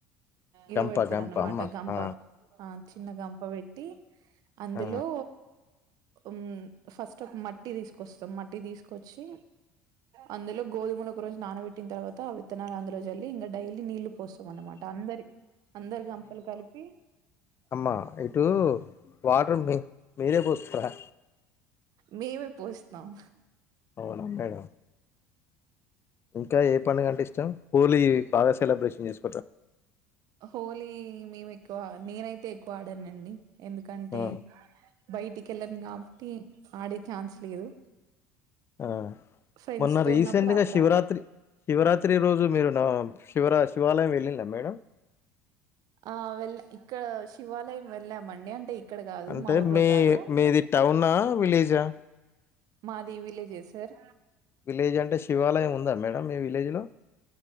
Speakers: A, on the right; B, on the left.
A: ఇది
B: గంప
A: వెడతారనమాట
B: గంప అమ్మ
A: గంప
B: ఆ,
A: ఆ చిన్న గంప వెట్టి అందులో
B: ఆ.
A: ఓ మ్ ఫస్ట్ ఒక మట్టి తీసుకొస్తాం మట్టి తీసుకొచ్చి అందులో గోధుమలు ఒక రోజు నానబెట్టిన తర్వాత విత్తనాలు అందులో జల్లి ఇంగ డైలీ నీళ్ళు పోస్తం అన్నమాట అందరి అందరి గంపలు కలిపి
B: అమ్మా ఇటు వాటర్ మి మీరే పోస్తారా
A: మేమే పోస్తాం
B: వనంబేగం ఇంకా ఏ పండుగంటే ఇష్టం హోలీ బాగా సెలబ్రేషన్ చేసు
A: హోలీ మేము ఎక్కువ నేనైతే ఎక్కువ ఆడానండి ఎందుకంటే
B: ఆ
A: బయటికి ఎళ్ళను గాబట్టి ఆడే ఛాన్స్ లేదు
B: ఆ
A: ఫ్రెండ్స్
B: మొన్న
A: తో
B: రీసెంట్
A: ఉన్నప్పుడు అప్పుడు
B: గ శివరాత్రి
A: ఆడు
B: శివరాత్రి రోజు మీరు నా శివరా శివాలయం వెళ్ళిందా మేడం
A: ఆ వెళ్ళ ఇక్కడ శివాలయం వెళ్ళామండి అంటే ఇక్కడ కాదు
B: అంటే
A: మా ఊర్లో
B: మీ
A: కాదు
B: మీది టౌనా విలేజా
A: మాది విలేజే సార్
B: విలేజ్ అంటే శివాలయం ఉందా మేడం మీ విలేజ్లో